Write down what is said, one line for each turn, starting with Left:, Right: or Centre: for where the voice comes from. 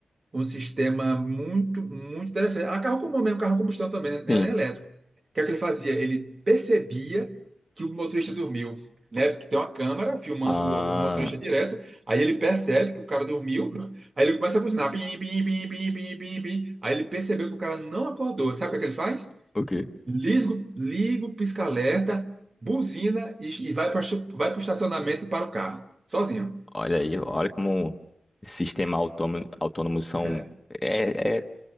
Right: um sistema muito, muito interessante. Ah, carro comum mesmo, carro a combustão também, né?
Left: Sim.
Right: nem elétrico. O que é que ele fazia? Ele percebia que o motorista dormiu, né? Porque tem uma câmera filmando
Left: Ah,
Right: o, o motorista direto, aí ele percebe que o cara dormiu, aí ele começa a buzinar, pim, pim, pim, pim, pim, pim, pim. Aí ele percebeu que o cara não acordou. Sabe o que é que ele faz?
Left: ok.
Right: Liga, o- liga o pisca-alerta, buzina e, e vai para vai o estacionamento e para o carro, sozinho.
Left: Olha aí, olha como sistemas autônomo, autônomos são.
Right: É,
Left: É, é-